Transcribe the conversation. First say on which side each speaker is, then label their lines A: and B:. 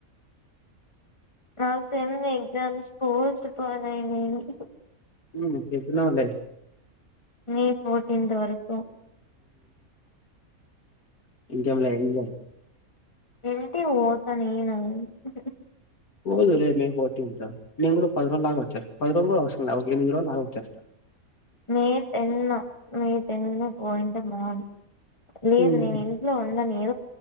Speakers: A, on the left; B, on the left.
A: ట్ర సెమ్ ఎగ్జామ్స్ పోస్ట్ పోనాయి లే అని
B: ఉమ్ చెప్పినావ్ లే
A: మే ఫోర్టీన్త్ వరకు
B: ఇంకేం లే ఎంజాయ్
A: ఇంటికి పోత నేను ఆ
B: పోదులే మే ఫోర్టీన్త్ నేను కూడా పది రోజులాగి వచ్చేస్తాను పది రోజులు కూడా అవసరం ఒక ఎనిమిది రోజులులాగా వచ్చస్తను
A: మే టెన్ మే టెన్ పాయింటే బాగుండు లేదు
B: హ్మ్.
A: నేను ఇంట్లో ఉన్నా నన్ను ఏ